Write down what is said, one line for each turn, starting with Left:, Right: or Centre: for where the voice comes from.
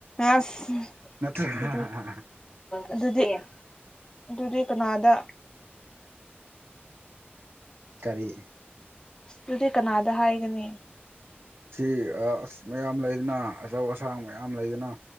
Left: ꯑꯁ
Right: ꯅꯠꯇ꯭ꯔ
Left: ꯑꯗꯨꯗꯤ ꯑꯗꯨꯗꯤ ꯑꯗꯨꯗꯤ ꯀꯅꯥꯗ
Right: ꯀꯔꯤ
Left: ꯑꯗꯨꯗꯤ ꯀꯅꯥꯗ ꯍꯥꯏꯒꯅꯤ
Right: ꯁꯤ ꯑꯁ ꯃꯌꯥꯝ ꯂꯩꯗꯅ ꯑꯆꯧ ꯑꯁꯥꯡ ꯃꯌꯥꯝ ꯂꯩꯗꯅ